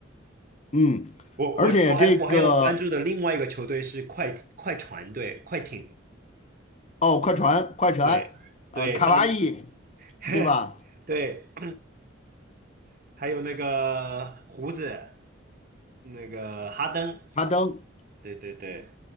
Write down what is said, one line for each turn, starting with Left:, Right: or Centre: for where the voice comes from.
Left: 嗯，
Right: 我我我还我还有关注的另外一个球队是快快船队，
Left: 而且这个
Right: 快艇，
Left: 哦，快船，快船，
Right: 对对，
Left: 呃，卡哇伊，
Right: 他们 <laughs>
Left: 对吧？
Right: 对，<clears throat> 还有那个胡子，那个哈登，
Left: 哈登，
Right: 对对对。